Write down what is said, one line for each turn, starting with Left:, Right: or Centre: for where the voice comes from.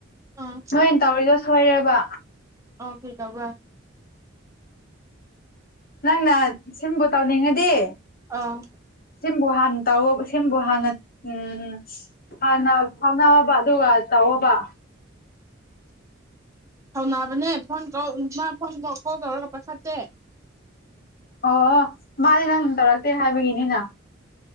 Right: ꯎꯝ
Left: ꯅꯣꯏꯅ ꯇꯧꯔꯤꯗꯣ ꯁꯣꯏꯔꯦꯕ꯫
Right: ꯑꯣ ꯀꯔꯤ ꯇꯧꯕꯔꯥ
Left: ꯅꯪꯅ ꯁꯤꯝꯕꯨ ꯇꯧꯅꯤꯡꯉꯗꯤ꯫
Right: ꯑꯥ꯫
Left: ꯁꯤꯝꯕꯨ ꯍꯥꯟꯅ ꯇꯧꯌꯣ ꯁꯤꯝꯕꯨ ꯍꯥꯟꯅ ꯎꯝ꯫ ꯍꯥꯟꯅ ꯈꯪꯅꯧꯕ ꯑꯗꯨꯒ ꯇꯧ ꯑꯣꯕ
Right: ꯊꯧꯅꯕꯅꯦ ꯐꯣꯟ ꯇꯧ ꯃꯥ ꯐꯣꯟ <unintelligible> ꯀꯣꯜ ꯇꯧꯔꯒ ꯄꯥꯏꯈꯠꯇꯦ
Left: ꯑꯣ ꯃꯥꯗꯤ ꯅꯪ ꯇꯧꯔꯛꯇꯦ ꯍꯥꯏꯕꯒꯤꯅꯤꯅ